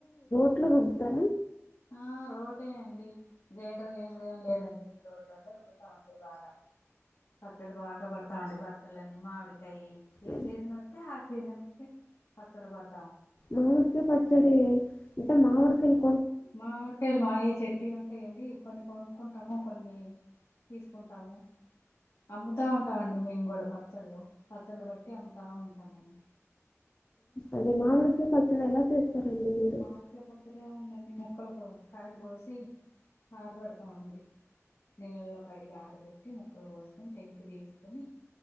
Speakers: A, on the left (about 35°); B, on the left (about 70°).
A: ఎట్లా రొ్తారా
B: ఆ రోటేండి గ్రైండర్ గ్రైండర్ ఏమి లేదండి నను రోడ్లోనే పతామండి బాగా పచ్చడి బాగా పడతామండి పచ్చడులన్నీ మామిడి ఏ
A: ఆ,
B: సీజన్ వతే ఆ సీజన్ ఫసలు పడ
A: మామిడుకయ పచ్చడి ఉంట మామిడుకలు
B: మామిడికాయలు మాయే చెట్టి ఉంటాయండి కొన్ని కొనుక్ంట ట్టము కొన్ని తీసుకుంటాము అమ్ముతా ఉంటామండి మేము కూడా పచ్చళ్ళు పచ్చళ్ళు బట్టి అమ్ముతా ఉంటానండి
A: అదే మామిడికి పచ్చడి ఎలా చేస్తారండి మీరు
B: మార్చే పచ్చడి ఉందండి ముక్కలులకు కాయలు కోసి ఆరపడతామండి నీళ్ళలో కడిగి ఆరబెట్టి ముక్కలు పోసుకొని టెంకి తీసుకొని